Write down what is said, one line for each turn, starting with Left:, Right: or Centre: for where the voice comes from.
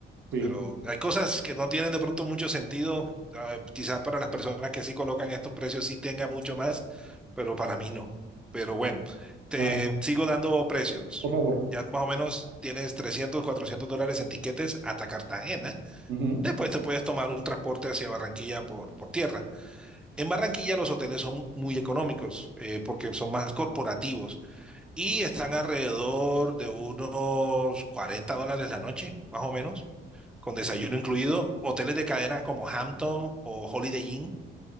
Right: Sí.
Centre: Pero hay cosas que no tienen de pronto mucho sentido. ah, Quizás para las personas que sí colocan estos precios sí tenga mucho más, pero para mí no. Pero bueno, te
Right: Ah,
Centre: sigo dando precios.
Right: por favor.
Centre: Ya más o menos tienes 300, 400 dólares en tiquetes hasta Cartagena.
Right: Ujú.
Centre: Después te puedes tomar un transporte hacia Barranquilla por, por tierra. En Barranquilla los hoteles son muy económicos eh, porque son más corporativos y están alrededor de unos 40 dólares la noche, más o menos, con desayuno
Right: Ok.
Centre: incluido. Hoteles de cadena como Hampton o Holiday Inn,